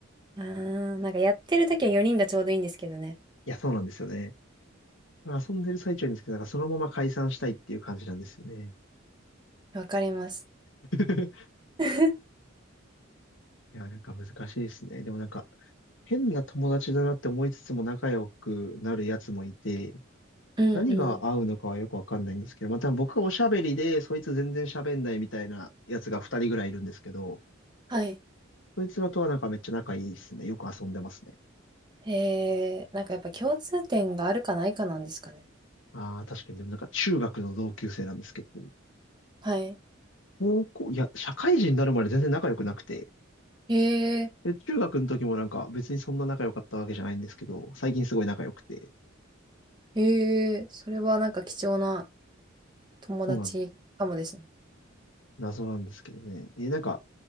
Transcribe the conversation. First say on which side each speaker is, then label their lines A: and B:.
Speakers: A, on the right; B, on the left.
A: うーん、なんかやってるときは4人がちょうどいいんですけどね。
B: いや、そうなんですよね。遊んでる最中にですけど、なんかそのまま解散したいっていう感じなんですよね。
A: わかります。
B: <laughs>
A: <laughs>
B: いや、なんか難しいですね。でもなんか、変な友達だなって思いつつも仲良くなるやつもいて、
A: うんうん。
B: 何が合うのかはよくわかんないんですけど、また僕がおしゃべりで、そいつ全然喋んないみたいなやつが2人ぐらいいるんですけど、
A: はい。
B: そいつらとはなんかめっちゃ仲いいですね。よく遊んでますね。
A: へえ、なんかやっぱ共通点があるかないかなんですかね。
B: ああ、確かに。でもなんか中学の同級生なんですけど、
A: はい。
B: 高校、いや、社会人になるまで全然仲良くなくて、
A: へえ、
B: で、中学の時もなんか別にそんな仲良かったわけじゃないんですけど、最近すごい仲良くて、
A: へえ、それはなんか貴重な友達かもですね。
B: そうなの。謎なんですけどね。え、なんか、